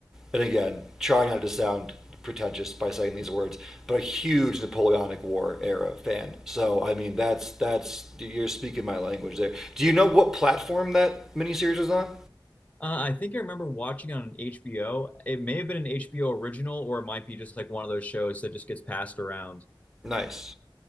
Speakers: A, in the centre; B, on the left.
A: and again, trying not to sound pretentious by saying these words, but a huge Napoleonic War era fan. So I mean, that's that's you're speaking my language there. Do you know what platform that miniseries was on?
B: Uh, I think I remember watching it on HBO. It may have been an HBO original, or it might be just like one of those shows that just gets passed around.
A: Nice.